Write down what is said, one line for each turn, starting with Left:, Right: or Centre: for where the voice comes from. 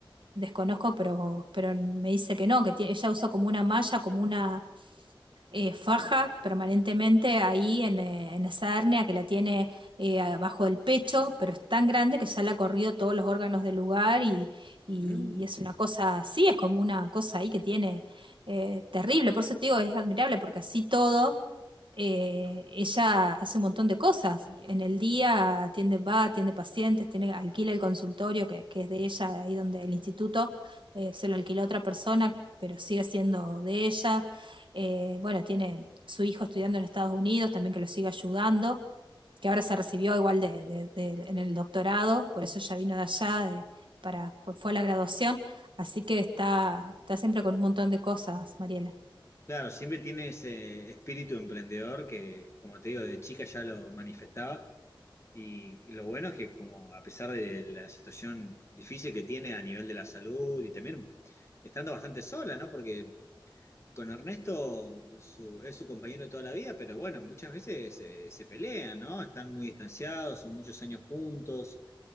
Right: desconozco, pero, pero me dice que no, que tie- ella usa como una malla, como una eh, faja permanentemente ahí en, eh, en esa hernia que la tiene eh, abajo del pecho, pero es tan grande que ya le ha corrido todos los órganos del lugar y, y-
Left: Mm.
Right: y es una cosa así, es como una cosa ahí que tiene eh, terrible. Por eso te digo, es admirable porque así todo, eh, ella hace un montón de cosas. Y En el día atiende, va, atiende pacientes, tiene, alquila el consultorio que, que es de ella, ahí donde el instituto eh, se lo alquila a otra persona, pero sigue siendo de ella eh, bueno, tiene su hijo estudiando en Estados Unidos, también que lo sigue ayudando, que ahora se recibió igual de, de- de- en el doctorado, por eso ya vino de allá, de, para, pues fue a la graduación, así que está, está siempre con un montón de cosas, Mariela.
Left: Claro, siempre tiene ese espíritu emprendedor que, como te digo, de chica ya lo manifestaba. Y, y lo bueno es que como a pesar de la situación difícil que tiene a nivel de la salud y también estando bastante sola, ¿no? Porque con Ernesto su- es su compañero de toda la vida, pero bueno, muchas veces se, se pelean, ¿no? Están muy distanciados, son muchos años juntos.